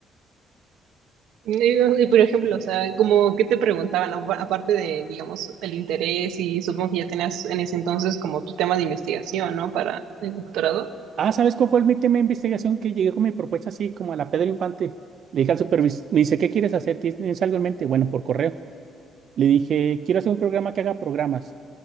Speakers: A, on the right; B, on the right.
A: Y, y, por ejemplo, o sea, como qué te preguntaban, Apa- aparte de, digamos, el interés y supongo que ya tenías en ese entonces como tu tema de investigación, ¿no? Para el doctorado.
B: Ah, ¿sabes cuál fue el mi tema de investigación? Que llegué con mi propuesta así, como a la Pedro Infante. Le dije al supervisor, me dice, ¿qué quieres hacer? ¿Tienes algo en mente? Bueno, por correo. Le dije, quiero hacer un programa que haga programas.